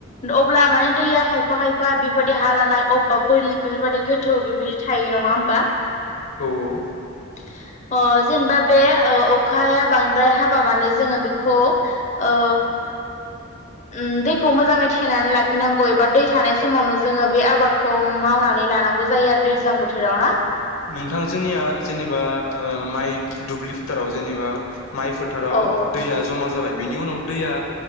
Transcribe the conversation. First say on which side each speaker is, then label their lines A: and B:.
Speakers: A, on the left; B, on the left.
A: अब्ला माने दैया खायफा खायफा बेबायदि हा लाना अबबा बोरि बेफोरबायादि गोथौ बेफोरबायदि थायो नङा होमबा
B: औ औ
A: <unintelligible> <inaudible> अ जेनेबा बे ओ अखाया बांद्राय हाबा माने जोङो बेखौ ओ उम दैखौ मोजाङै थेनानै लाखिनांगौ एबा दै थानाय समावनो जोङो बे आबादखौ मावनानै लानांगौ जायो। जायो आरो‌ दैज्लां बोथोराव ना
B: नोंथां जोंनिया जेनेबा ओ माइ दुब्लि फोथाराव जेनेबा माइ फोथाराव
A: औ औ
B: दैया
A: औ
B: जमा जाबाय बेनि उनाव दैया